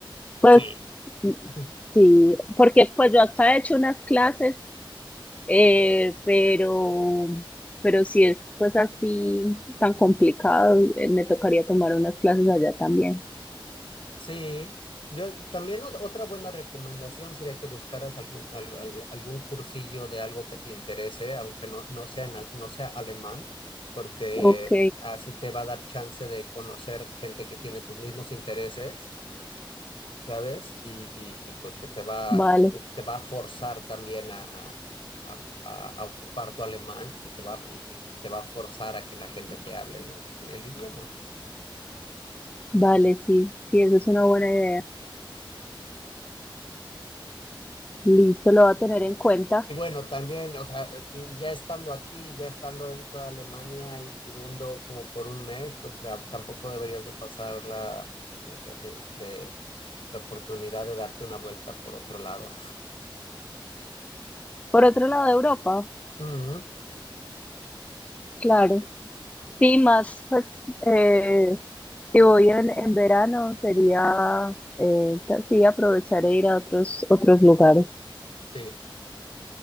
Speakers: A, on the left; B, on the left.
A: Pues
B: sí.
A: mm,
B: <laughs>
A: Sí, porque pues yo acá he hecho unas clases Eh, pero, pero si es pues así tan complicado, eh, me tocaría tomar unas clases allá también.
B: Sí, yo también ot- otra buena recomendación sería que buscaras algún, al- al- algún cursillo de algo que te interese, aunque no, no sea en al- no sea alemán, porque
A: Ok,
B: así te va a dar chance de conocer gente que tiene tus mismos intereses, ¿sabes? Y, y- y, pues que te va,
A: vale,
B: te va a forzar también a, a- a- a- a ocupar tu alemán y te va, y- y te va a forzar a que la gente te hable en el, en el idioma.
A: vale, sí, sí, esa es una buena idea. Listo, lo va a tener en cuenta.
B: Y, y bueno, también, o sea, y ya estando aquí, ya estando dentro de Alemania y viniendo como por un mes, pues da- tampoco deberías de pasar la, eh, eh, este, la oportunidad de darte una vuelta por otro lado.
A: Por otro lado de Europa,
B: Ujú,
A: claro. Sí, más, pues, eh, si voy en, en verano, sería, eh, ta- sí, aprovechar e ir a otros, otros lugares.
B: Sí,